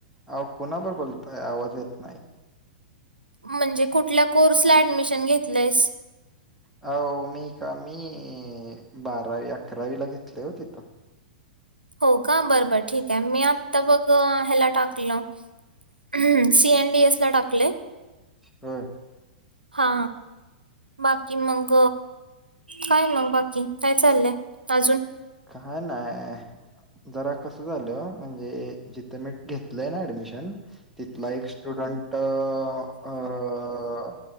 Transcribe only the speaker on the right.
म्हणजे कुठल्या कोर्स ला ऍडमिशन घेतलंयेस?
हो का बरं बर ठीक आहे मी आत्ता बघ ह्याला टाकलं ह्म सीएनडी एस ला टाकले
हा बाकी मग काय मग बाकी काय चाललंय अजून?